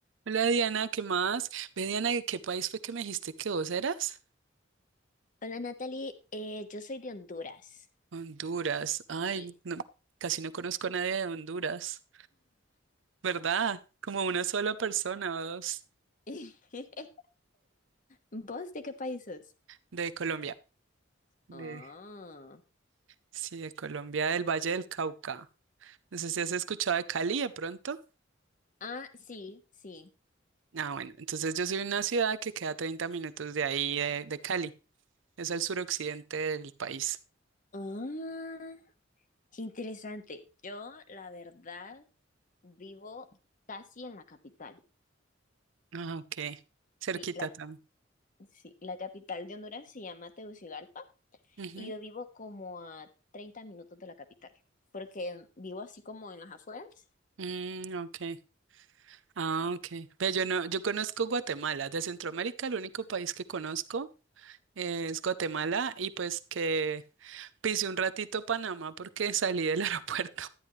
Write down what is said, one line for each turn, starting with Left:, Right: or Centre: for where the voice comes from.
Right: Hola Diana, ¿qué más? Ve Diana, ¿de qué país fue que me dijiste que vos eras?
Left: Hola Natalie, Eh, yo soy de Honduras.
Right: Honduras. Ay,
Left: Sí.
Right: no, casi no conozco a nadie de Honduras, ¿verdad? Como una sola persona o dos
Left: <laughs> ¿Vos de qué país sos?
Right: de Colombia. De,
Left: Ah,
Right: sí, de Colombia, del Valle del Cauca. No sé si has escuchado de Cali de pronto.
Left: ah, sí, sí.
Right: Ah, bueno, entonces yo soy de una ciudad que queda 30 minutos de ahí, de, de Cali. Es el suroccidente del país.
Left: Ah, qué interesante. Yo, la verdad, vivo casi en la capital.
Right: Ah, ok. Cerquita
Left: Sí, la,
Right: también.
Left: sí, la capital de Honduras se llama Tegucigalpa
Right: Ujú.
Left: y yo vivo como a 30 minutos de la capital, porque vivo así como en las afueras.
Right: Mm, ok. Ah, ok. Ve, yo no, yo conozco Guatemala. De Centroamérica, el único país que conozco es Guatemala y pues que pisé un ratito Panamá porque salí del <laughs> aeropuerto